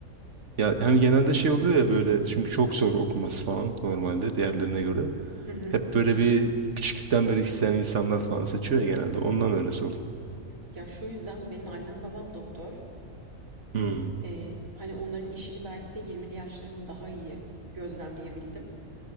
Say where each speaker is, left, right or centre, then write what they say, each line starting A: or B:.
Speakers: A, on the right; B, on the right.
A: Ya hani genelde şey oluyor ya böyle çünkü çok zor okuması falan normalde diğerlerine göre.
B: Hı hı.
A: Hep böyle bir küçüklükten beri isteyen insanlar falan seçiyor ya genelde. Ondan öyle sordum.
B: Ya şu yüzden benim annem babam doktor.
A: Hmm.
B: E, hani onların işini belki de 20'li yaşlarımda daha iyi gözlemleyebildim.